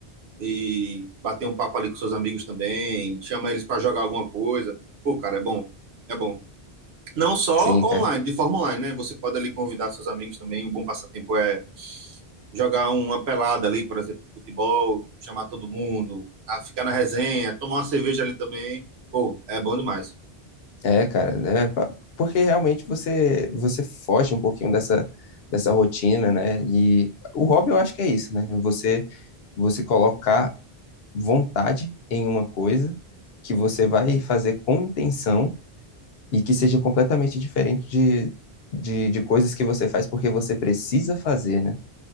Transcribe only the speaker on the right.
e bater um papo ali com seus amigos também, chama eles para jogar alguma coisa. Pô, cara, é bom. É bom. Não só
online,
de forma online, né? Você pode ali convidar seus amigos também. Um bom passatempo é jogar um, uma pelada ali, por exemplo, futebol, chamar todo mundo, a ficar na resenha, tomar uma cerveja ali também. Pô, é bom demais.